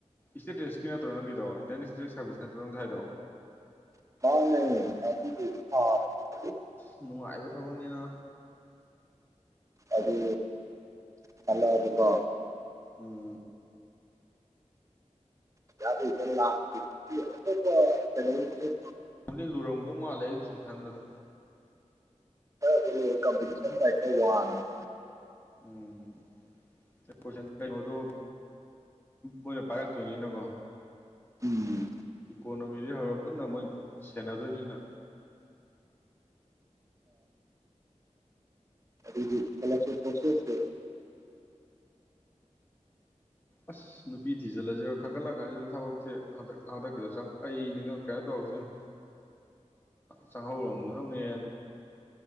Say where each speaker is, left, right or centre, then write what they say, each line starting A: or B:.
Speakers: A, on the left; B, on the right.
A: ꯏꯁꯇꯦꯇꯦꯛꯁꯀꯤ ꯅꯠꯇ꯭ꯔꯣ ꯅꯪꯗꯣ ꯏꯟꯗꯤꯌꯥꯟ ꯏꯁꯇꯠꯁ ꯁꯥꯔꯚꯤꯁ ꯅꯠꯇ꯭ꯔꯣ ꯅꯪ ꯁ ꯍꯥꯏꯗꯣ
B: ꯃꯥꯅꯦꯥ
A: ꯅꯅꯨꯡꯉꯥꯏꯕ ꯊꯕꯛꯅꯤꯅ
B: ꯑꯗꯨ ꯈꯜꯂꯛꯑꯗꯤꯀꯣ
A: ꯎꯝ
B: UNINTELLIGIBLE
A: ꯗꯤ ꯂꯨꯔꯣꯡꯗꯧ ꯃꯥꯜꯂꯦ ꯑꯩꯗꯤ ꯁꯨꯝ ꯈꯟꯕꯗ
B: UNINTELLIGIBLE ꯀꯝꯇꯤꯁꯟ
A: ꯎꯝ UNINTELLIGIBLE ꯀꯩꯅꯣꯗꯣ ꯃꯣꯏꯅ ꯄꯥꯏꯔꯛꯇꯣꯏꯅꯤꯅꯀꯣ
B: ꯎꯝ
A: ꯏꯀꯣꯅꯣꯃꯤꯗꯩ ꯍꯧꯔꯒ ꯄꯨꯟꯅ ꯃꯣꯏ ꯁꯦꯟꯅꯗꯣꯏꯅꯤꯅ
B: ꯑꯗꯤ ꯆꯂ ꯆꯄꯁꯦꯁꯦ
A: ꯑꯁ ꯅꯨꯄꯤ ꯊꯤꯖꯤꯜꯂꯁꯤꯔꯥ ꯈꯟꯒꯠꯂꯛ ꯀꯥꯟꯁꯤꯗ ꯊꯕꯛꯁꯦ ꯍꯟꯗꯛ ꯍꯟꯗꯛꯀꯤꯗꯣ ꯆꯪ ꯑꯩꯅꯤꯉꯛ ꯀꯩꯅꯣ ꯇꯧꯔꯁꯤꯣꯏꯅ ꯆꯪꯍꯧꯔꯗꯧꯅꯦ